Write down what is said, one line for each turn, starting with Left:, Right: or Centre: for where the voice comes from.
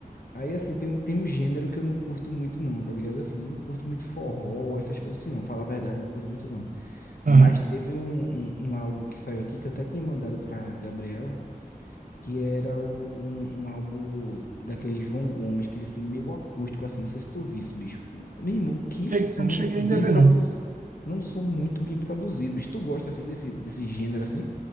Left: Aí, assim, tem, um- tem um gênero que eu não curto muito, não, tá ligado? Assim, eu não curto muito forró, essas coisas assim, não. Falar a verdade, não curto muito, não.
Right: Aham.
Left: Mas teve um, um, um álbum que saiu aqui, que eu até tinha mandado pra Gabriela, que era o, um, um álbum daquele João Gomes, que ele fez meio acústico, assim. Não sei se tu visse, bicho. Meu irmão, que
Right: Cheguei-
Left: som
Right: eu não cheguei
Left: bem
Right: ainda a ver,
Left: produzido.
Right: não.
Left: Não um som muito bem produzido, bicho. Tu gosta, assim, desse, desse gênero, assim?